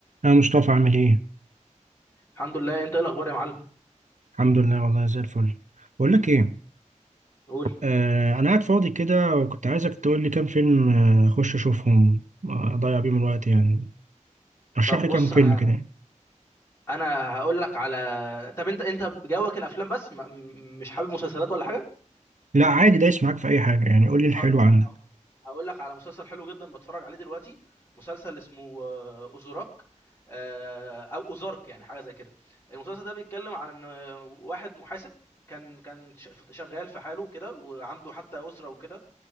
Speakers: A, on the right; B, on the left.
A: يا مصطفى عامل ايه؟
B: الحمد لله انت ايه الاخبار يا معلم
A: الحمد لله والله زي الفل بقول لك ايه
B: قول
A: آه انا قاعد فاضي كده وكنت عايزك تقول لي كام فيلم آه، اخش اشوفهم آه، اضيع بيهم الوقت يعني رشح
B: طب
A: لي
B: بص
A: كام فيلم
B: انا
A: كده يعني.
B: انا هقول لك على طب انت انت جوك الافلام بس ما... م- مش حابب مسلسلات ولا حاجه
A: لا عادي دايس معاك في اي حاجه يعني قول لي الحلو
B: طب ه...
A: عندك
B: هقول لك على مسلسل حلو جدا بتفرج عليه دلوقتي مسلسل اسمه آه، اوزوراك آه، او اوزارك يعني حاجه زي كده المسلسل ده بيتكلم عن ان آه، واحد محاسب كان كان ش- شغال في حاله كده وعنده حتى اسره وكده